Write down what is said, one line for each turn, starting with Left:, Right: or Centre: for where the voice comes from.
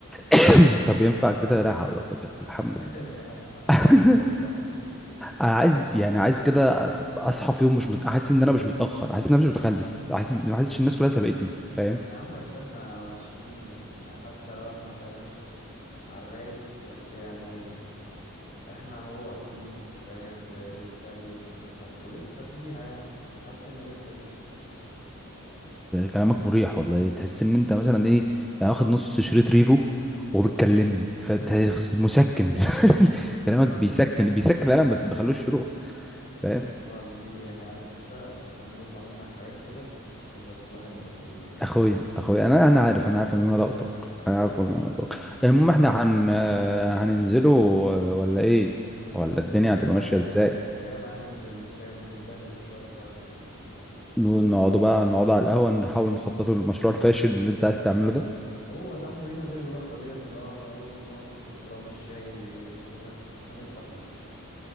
Centre: <coughs> <clears throat> طب ينفع كده لا حول ولا قوه إلا بالله. الحمد لله
Left: لا
Centre: <laughs>
Left: عمك الله يا صاحبي
Centre: انا عايز يعني عايز كده اصحى في يوم مش مت... احس ان انا مش متاخر احس ان انا مش متخلف احس ان ما احسش الناس كلها سبقتني فاهم
Left: يا عم بس احنا ماشيين يعني حتى لو احنا فاهم على الرايق بس يعني احنا هو فين فاهم ب- بنتكلم بنضحك ولسه فيها يعني حاسس ان لسه فيها
Centre: كلامك مريح والله تحس ان انت مثلا ايه يعني واخد نص شريط ريفو وبتكلمني فمسكن
Left: <laughs>
Centre: <laughs> كلامك بيسكن بيسكن القلم بس بخلوش يروح فاهم
Left: والله يا زميلي يعني عارف انت يعني مع ان بيطلع منك حاجات كده بس بس بحبك والله
Centre: اخويا اخويا انا انا عارف انا عارف ان انا لقطك انا عارف ان انا لقطك المهم احنا هن آه، هننزله آه، ولا ايه ولا
Left: والله
Centre: الدنيا
Left: جاي
Centre: هتبقى
Left: معايا
Centre: ماشيه
Left: ننزل
Centre: ازاي
Left: جاي معايا ننزل نتان- نتدنجل شويه كده على الكورنيش
Centre: نقعدوا بقى نقعدوا على القهوه نحاول نخططوا للمشروع الفاشل اللي انت عايز تعمله ده
Left: هو ده احنا لينا غير اللقطه ديت اللي هو احنا اول ما بنقعد نطلب طعم الشاي دي، نقول لك احنا نفتح مشروع